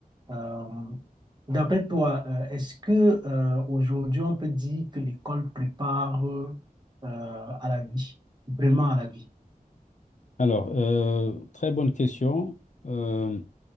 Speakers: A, on the right; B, on the left.
A: Euh, d'après toi, euh, est-ce que euh, aujourd'hui on peut dire que l'école prépare euh, à la vie, vraiment à la vie?
B: Alors, euh, très bonne question. Euh,